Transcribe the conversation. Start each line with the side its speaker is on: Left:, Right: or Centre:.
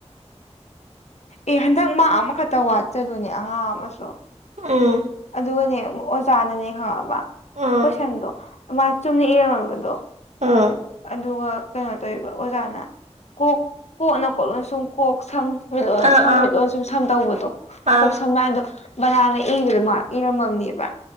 Left: ꯑꯦ ꯍꯟꯗꯛ ꯃꯥꯛ ꯑꯃꯈꯛꯇ ꯋꯥꯠꯆꯗꯨꯅꯦ ꯑꯉꯥꯡ ꯑꯃꯁꯨ
Right: ꯎꯝ
Left: ꯑꯗꯨꯒꯅꯦ ꯑꯣꯖꯥꯅꯅꯦ ꯈꯪꯉꯕ
Right: ꯎꯝ
Left: ꯀꯣꯏꯁꯟꯗꯣ ꯃꯥ ꯆꯨꯝꯅ ꯏꯔꯝꯃꯕꯗꯣ
Right: ꯎꯝ
Left: ꯑꯗꯨꯒ ꯀꯩꯅꯣ ꯇꯧꯔꯤꯕ ꯑꯣꯖꯥꯅ ꯀꯣꯛ ꯀꯣꯛꯅ ꯀꯣꯛ ꯂꯣꯟꯁꯨꯝ ꯀꯣꯛ ꯁꯝ ꯃꯤꯠꯂꯣꯟ
Right: ꯑꯥ
Left: ꯁꯝ
Right: ꯑꯥ
Left: ꯃꯤꯠꯂꯣꯟ ꯁꯨꯝ ꯁꯝ ꯇꯧꯕꯗꯣ
Right: ꯑꯪ
Left: ꯀꯣꯛ ꯁꯝ ꯍꯥꯏ ꯑꯗꯣ ꯕꯂꯥꯅ ꯏꯕꯗꯣ ꯃꯥꯜꯂꯦ ꯏꯔꯝꯃꯝꯅꯦꯕ